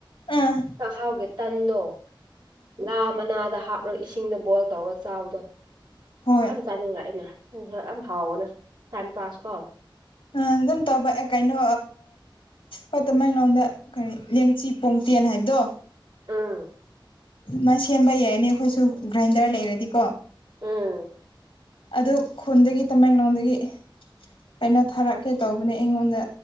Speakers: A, on the left; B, on the right.
A: ꯑꯥ
B: ꯆꯥꯛꯍꯥꯎꯒꯤ ꯇꯟꯗꯣ ꯂꯥ ꯃꯅꯥꯗ ꯍꯥꯞꯂꯒ ꯏꯁꯤꯡꯗ ꯕꯣꯏꯜ ꯇꯧꯔꯒ ꯆꯥꯕꯗꯣ
A: ꯍꯣꯏ
B: ꯌꯥꯝ ꯆꯥꯅꯤꯡꯉ ꯑꯩꯅ ꯈ ꯌꯥꯝ ꯍꯥꯎꯋꯅꯦ ꯇꯥꯏꯝ ꯄꯥꯁ ꯀꯣ
A: ꯑꯗꯨꯝ ꯇꯧꯕ ꯑꯦ ꯀꯩꯅꯣ ꯍꯣꯏ ꯇꯃꯦꯡꯂꯣꯡꯗ ꯀꯔꯤ ꯂꯦꯡꯆꯤ ꯄꯣꯡꯇꯦꯟ ꯍꯥꯏꯕꯗꯣ
B: ꯎꯝ
A: ꯃꯥꯏ ꯁꯦꯝꯕ ꯌꯥꯔꯅꯤ ꯑꯩꯈꯣꯏꯁꯨ ꯒ꯭ꯔꯥꯏꯟꯗꯔ ꯂꯩꯔꯗꯤꯀꯣ
B: ꯎꯝ
A: ꯑꯗꯨ ꯈꯨꯟꯗꯒꯤ ꯇꯃꯦꯡꯂꯣꯡꯗꯒꯤ ꯀꯩꯅꯣ ꯊꯥꯔꯛꯀꯦ ꯇꯧꯕꯅꯦ ꯑꯩꯉꯣꯟꯗ